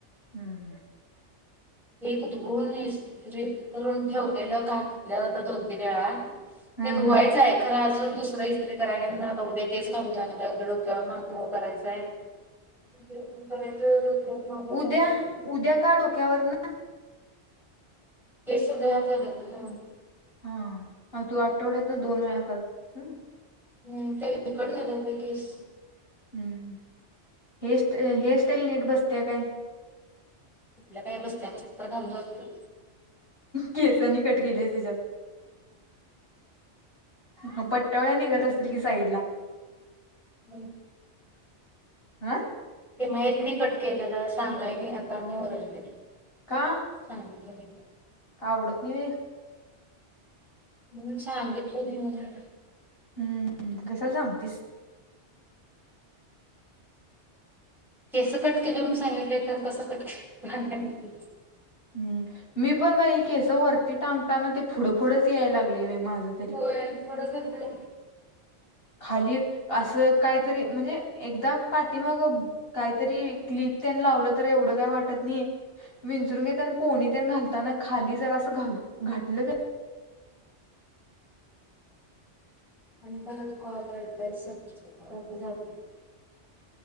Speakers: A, on the left; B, in the centre.
A: हम्म हम!
B: एक धुऊन इस्त्री करून ठेवलेलं घातल्या जात दोन, तीन वेळा.
A: हम्म
B: ते धुवायचं
A: हम्म
B: आय. खरं अजून दुसरं इस्त्री कराय नाही म्हनून आता उद्या तेच घालून जानाराय. उद्या डोक्यावरून आंघोळ करायच आय जेवण करायचं मांगोळ
A: उद्या-उद्या
B: करायचं
A: का डोक्यावर न?
B: केस घान झाल्यात म्हनून
A: हा. तू आठवड्यात ना दोन वेळा करतीस वय?
B: हम तेलकट झाल्यात बाई केस.
A: हम्म. हेअर हेअरस्टाईल नीट बसते काय?
B: कुठल काय बस्त्या कस तर घालून जातोय.
A: केसांनी कट केले तिच्यात म पट्टवल्या निघत असतील कि साईड ला?
B: <inaudible>
A: हा
B: ते माहीत नाही कट केलेलं सांगाय नाई. आता आणि ओरडत्यात.
A: का?
B: चालतंय
A: का आवडत नाही व्हय?
B: म्हनून सांगितलं नाही मला.
A: हम्म कशाल सांगतीस?
B: केस कट केलं म सांगितलंय तर कसं कट <inaudible>
A: हम् मी पण बाई केस वरती टांगताना ते पुढं पुुढंच यायला लागलं माझं. तरी
B: हो थोडं ये.
A: खाली असं काहीतरी म्हणजे एकदा पाठीमाग काहीतरी क्लिप त्यांनी लावलं तर एवढं काय वाटतं नाही. विंचरून घेताना पोणीत घालताना खाली जर अस घा- घातलं.
B: परत कॉल <inaudible> अंत कत काल अलसत जर